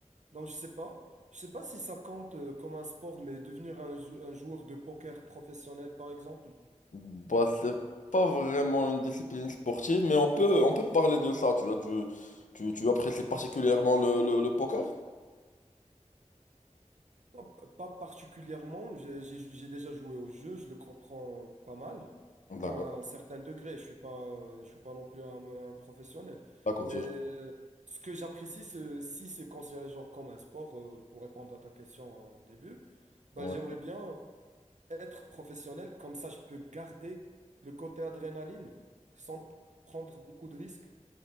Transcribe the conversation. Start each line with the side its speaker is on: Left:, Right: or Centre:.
Right: Donc, je sais pas. Je sais pas si ça compte euh, comme un sport, mais devenir un, jou- un joueur de poker professionnel, par exemple.
Left: Bah, c'est pas vraiment une discipline sportive, mais on peut, on peut parler de ça. Tu vois, tu, tu, tu apprécies particulièrement le, le, le poker?
Right: Non, p- pas particulièrement. J'ai j'ai- j'ai déjà joué au jeu, je le comprends pas mal.
Left: D'accord.
Right: Bon, à un certain degré, je suis pas, euh, je suis pas non plus un, un professionnel.
Left: D'accord,
Right: Mais
Left: tu...
Right: euh, ce que j'apprécie, c'est- si c'est considéré genre comme un sport, euh, pour répondre à ta question au début, bah,
Left: Ouais.
Right: j'aimerais bien être professionnel. Comme ça, je peux garder le côté adrénaline sans prendre beaucoup de risques